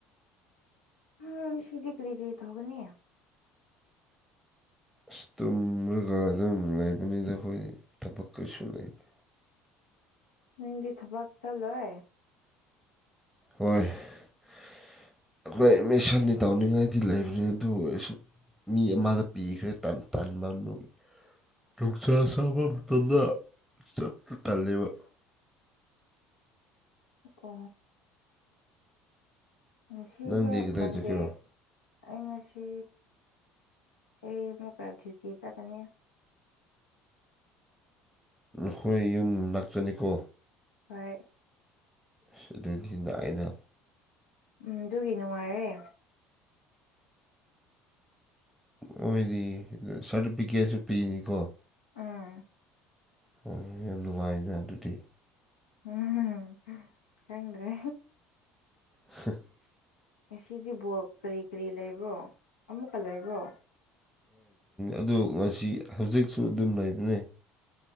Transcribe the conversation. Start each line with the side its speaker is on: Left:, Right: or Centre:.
Left: ꯎꯝ ꯁꯤꯗꯤ ꯀꯔꯤ ꯀ꯭ꯔꯤ ꯊꯧꯒꯅꯤ
Centre: ꯑꯁ ꯇꯨꯝꯔꯒ ꯑꯗꯨꯝ ꯂꯩꯕꯅꯤꯗ ꯑꯩꯈꯣꯏ ꯊꯕꯛ ꯀꯔꯤꯁꯨ ꯂꯩꯇꯦ
Left: ꯅꯪꯗꯤ ꯊꯕꯛ ꯆꯠꯂꯣꯏ
Centre: ꯍꯣꯏ ꯑꯩꯈꯣꯏ ꯃꯤꯁꯟꯅꯤ ꯇꯧꯅꯤꯡꯉꯥꯏꯗꯤ ꯂꯩꯕꯅꯤ ꯑꯗꯨꯁꯨ ꯃꯤ ꯑꯃꯗ ꯄꯤꯈ꯭ꯔꯦ ꯇꯥꯟ ꯃꯅꯨꯒꯤ ꯅꯨꯡꯁꯥ ꯁꯕ ꯇꯅ ꯆꯞ ꯇꯜꯂꯤꯕ
Left: ꯀꯣ ꯉꯁꯤꯁꯦ
Centre: ꯅꯪꯗꯤ ꯀꯗꯥꯏ
Left: ꯃꯟꯗꯦ
Centre: ꯆꯠꯀꯦꯔꯣ
Left: ꯑꯩ ꯉꯁꯤ ꯑꯩ ꯃꯨꯀ ꯗ꯭ꯌꯇꯤ ꯆꯠꯀꯅꯤ <unintelligible>
Centre: ꯅꯈꯣꯏ ꯌꯨꯝ ꯂꯥꯛꯇꯅꯤꯀꯣ
Left: ꯇ
Centre: ꯊꯗ ꯑꯏꯩꯅ
Left: ꯎꯝ ꯑꯗꯨꯒꯤ ꯅꯨꯡꯉꯥꯏꯔꯦ
Centre: ꯑꯣꯏꯣꯏꯗꯤ ꯁꯥꯔꯇꯤꯐꯤꯀꯦꯠꯁꯨ ꯄꯤꯅꯤꯀꯣ
Left: ꯑꯥ
Centre: ꯍ ꯌꯥꯝ ꯅꯨꯡꯉꯥꯏꯅꯦ ꯑꯗꯨꯗꯤ
Left: ꯎꯝ ꯀ꯭ꯔꯦ
Centre: <unintelligible>
Left: ꯁꯤꯗꯤ ꯕꯣꯛ ꯀꯔꯤ ꯀꯔꯤ ꯂꯩꯕꯣ ꯑꯃꯨꯛꯀ ꯂꯩꯕꯣ
Centre: ꯑꯗ ꯉꯁꯤ ꯍꯧꯖꯤꯛꯁꯨ ꯑꯗꯨꯝ ꯂꯩꯕꯅꯦ